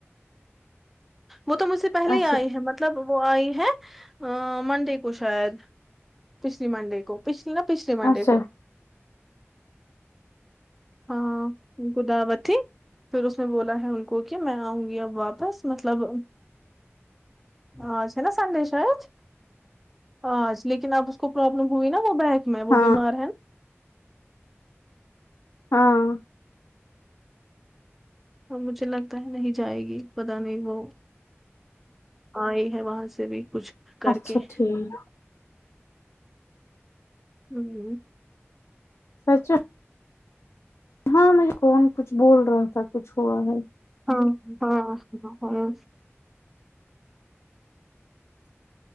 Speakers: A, in the centre; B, on the left (about 80°).
A: وہ تو مجھ سے پہلے
B: اچھا
A: ہی آئی ہیں م طلب وہ آئی ہے اں منڈے کو شاید پچھلی منڈے کو پچھلی نہ پچھلے منڈے
B: اچھا
A: کو ہاں انکو دعوت تھی پھر اس نے بولا ہے ان کو کہ میں آؤں گی اب واپس مطلب آج ہے نہ سنڈے شاید آج لیکن اب اس کو پروابلم ہوئی نا وہ بینک میں
B: ہاں
A: وہ بیمار ہے نا
B: ہاں
A: اور مجھے لگتا ہے نہیں جائے گی پتا نہیں وہ آئی ہے وہاں سے بھی کچھ کر
B: اچھا
A: کے
B: ٹھیک
A: ہوں
B: اچھا ہاں مجھے کون کچھ بول رہا تھا کچھ ہوا ہے
A: ہاں ہاں ہاں ہاں